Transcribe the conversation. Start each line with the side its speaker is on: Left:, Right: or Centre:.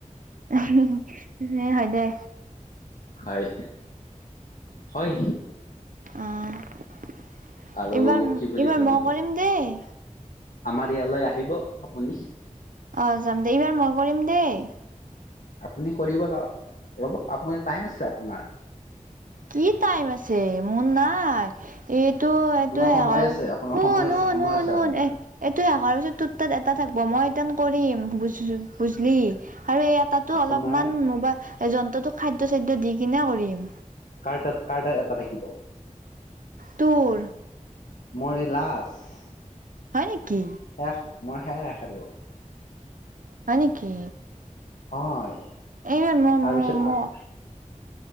Right: <unintelligible> হয় দে।
Left: হয়, হয়।
Right: অ', এইবাৰ-এইবাৰ
Left: আৰু কি বুলি কয় ন
Right: মই কৰিম দেই।
Left: আমাৰ ইয়ালৈ আহিব আপুনি।
Right: অ', যাম দে, এইবাৰ মই কৰিম দেই।
Left: আপুনি কৰিব ল ৰ'ব আপুনি টাইম আছে আপোনাৰ।
Right: কি টাইম আছে মোৰ নাই। এইটো
Left: আপোনাৰ
Right: এইটো
Left: সময়
Right: আৰ
Left: আছে আপোনাৰ
Right: শুন-শুন-শুন-শুন
Left: সময় আছে সময় আছে আপোনাৰ
Right: এ এইটো শেষ হোৱাৰ পিছত তোৰ তাত এটা থাকিব, মই এটান কৰিম বুজ-বুজলি আৰু ইয়াত তাতো
Left: আপোনাৰ
Right: অলপমান মোবা যন্ত্ৰটোক খাদ্য-চাদ্য দি কিনে কৰিম।
Left: কাৰ তাত কাৰ তাত, এটা থাকিব
Right: তোৰ
Left: মোৰ এই লাষ্ট।
Right: হয় নেকি?
Left: শেষ মোৰ শেষ আৰু।
Right: হয় নেকি?
Left: হয়
Right: এইবাৰ
Left: তাৰপিছত আ-
Right: <unintelligible>